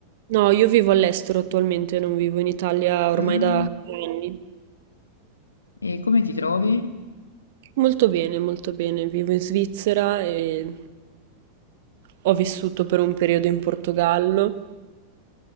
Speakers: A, on the right; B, on the left.
A: No, io vivo all'estero attualmente, non vivo in Italia ormai
B: Ah,
A: da tre anni.
B: e come ti trovi?
A: Molto bene, molto bene. Vivo in Svizzera e ho vissuto per un periodo in Portogallo